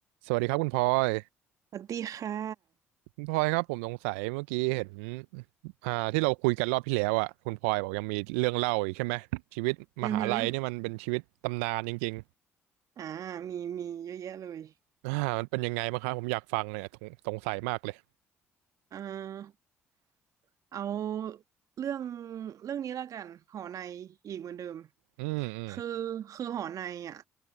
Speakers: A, on the right; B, on the right.
A: สวัสดีครับคุณพลอย
B: สวัสดีค่ะ
A: คุณพลอยครับผมสงสัยเมื่อกี้เห็นอ่าที่เราคุยกันรอบที่แล้วอ่ะคุณพลอยบอกยังมีเรื่องเล่าอีกใช่ไหมชีวิตมหาลัยเนี่ยมันเป็นชีวิตตำนานจริง
B: อือหืออ่ามี มีเยอะแยะเลย
A: ๆอ่ามันเป็นยังไงบ้างครับผมอยากฟังเลยอะสงสงสัยมากเลย
B: อ่าเอาเรื่อง เรื่องนี้แล้วกัน หอใน อีกเหมือนเดิม
A: อืมอืม
B: คือคือหอในอ่ะ